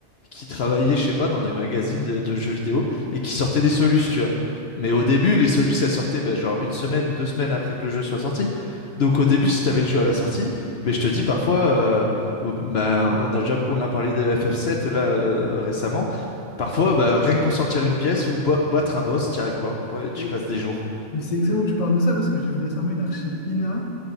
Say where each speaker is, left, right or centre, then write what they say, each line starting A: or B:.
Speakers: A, on the left; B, on the left.
A: qui travaillaient, je sais pas, dans des magazines de, de jeux vidéo et qui sortaient des solus, tu vois. Mais au début, les solus, elles sortaient ben, genre une semaine ou deux semaines après que le jeu soit sorti. Donc au début, si t'avais le jeu à la sortie, ben, je te dis parfois, euh, ben, on a, déjà- on a parlé de FF7 là euh, récemment. Parfois, ben, rien que pour sortir une pièce ou boi- battre un boss, t'y arrives pas. Tu
B: Mais,
A: passes des jours.
B: mais c'est excellent que tu parles de ça parce que j'ai vu récemment une archive INA